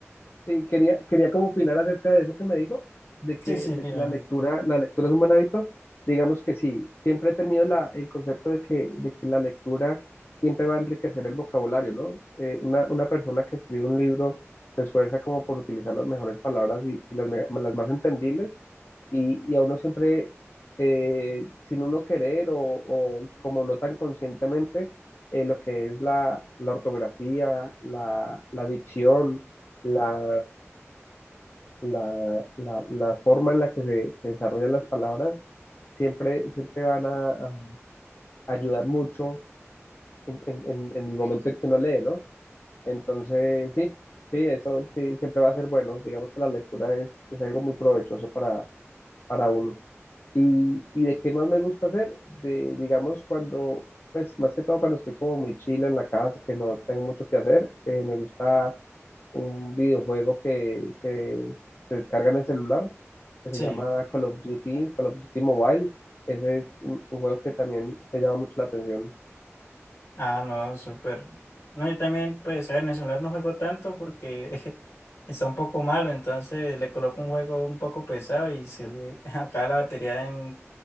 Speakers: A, on the left; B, on the left.
A: eh, quería, quería como opinar acerca de eso que me dijo, de que,
B: Sí, sí,
A: de
B: dime.
A: que la lectura, la lectura es un buen hábito. Digamos que sí, siempre he tenido la, el concepto de que, de que la lectura siempre va a enriquecer el vocabulario, ¿no? Eh, una, una persona que escribe un libro se esfuerza como por utilizar las mejores palabras y, y las, me- las más entendibles y, y a uno siempre, eh, sin uno querer o, o como no tan conscientemente, eh, lo que es la, la ortografía, la, la dicción, la, la, la- la forma en la que se, se desarrollan las palabras siempre, siempre van a, a ayudar mucho en, en- en- el momento en que uno lee, ¿no? Entonces, sí, sí, eso sí, siempre va a ser bueno. Digamos que la lectura es, es algo muy provechoso para, para uno. Y, y de qué más me gusta hacer, de, digamos, cuando, pues más que todo cuando estoy como muy chile en la casa, que no tengo mucho que hacer, eh, me gusta un videojuego que, se se descarga en el celular que se
B: Sí.
A: llama Call of Duty, Call of Duty Mobile. Ese es un, un juego que también me llama mucho la atención.
B: Ah, no, súper. No, yo también, pues, a ver, en el celular no juego tanto porque <laughs> está un poco malo, entonces le coloco un juego un poco pesado y se le <laughs> acaba la batería en